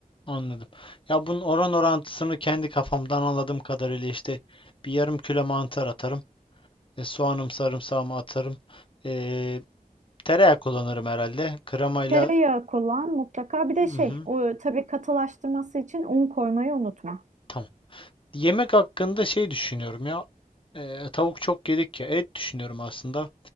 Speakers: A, on the left; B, on the right.
A: anladım. Ya bunun oran orantısını kendi kafamdan anladığım kadarıyla işte bir yarım kilo mantar atarım. E, soğanım sarımsağımı atarım. E, tereyağı kullanırım herhalde. Kremayla
B: Tereyağı kullan mutlaka. Bir de
A: hı
B: şey,
A: hı,
B: o tabii katılaştırması için un koymayı unutma.
A: tamam. Yemek hakkında şey düşünüyorum ya. Eee, tavuk çok yedik ya. Et düşünüyorum aslında.